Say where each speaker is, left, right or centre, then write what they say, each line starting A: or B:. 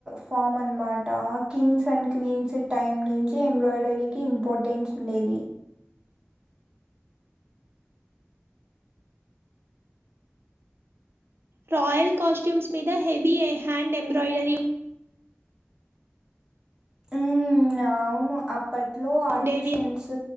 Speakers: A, on the right; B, on the right.
A: ఫామ్ అన్నమాట కింగ్స్ అండ్ క్వీన్స్ టైం నుంచి ఎంబ్రాయిడరీకి ఇంపార్టెన్స్ ఉండేది
B: రాయల్ కాస్ట్యూమ్స్ మీద హెవీ హ్యాండ్ ఎంబ్రాయిడరీ
A: ఉమ్ అవును అప్పట్లో ఆర్టిషన్స్
B: ఉండేవి